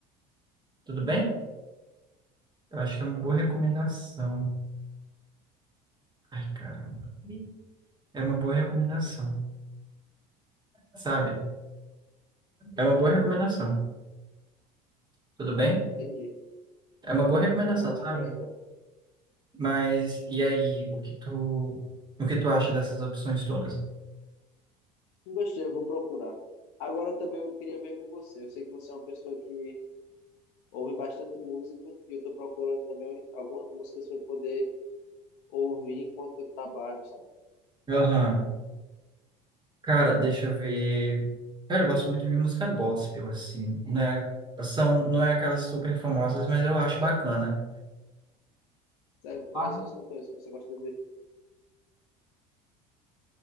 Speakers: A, on the right; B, on the left.
A: tudo bem? Eu acho que é uma boa recomendação. Ai, caramba. É uma boa recomendação, sabe? É uma boa recomendação. Tudo bem?
B: Entendi.
A: É uma boa recomendação,
B: Vou procurar
A: sabe?
B: então.
A: Mas e aí, o que tu, o que tu acha dessas opções todas?
B: Não Gostei, eu vou procurar. Agora também eu queria ver com você. Eu sei que você é uma pessoa que ouve bastante música e eu tô procurando também algumas músicas para poder ouvir enquanto eu trabalho, sabe?
A: Aham. Cara, deixa eu ver. Cara, eu gosto muito de música gospel, assim. Não é, são, não é aquelas super famosas, mas eu acho bacana.
B: Sabe Quais
A: sabe?
B: são os cantores que você gosta de ouvir?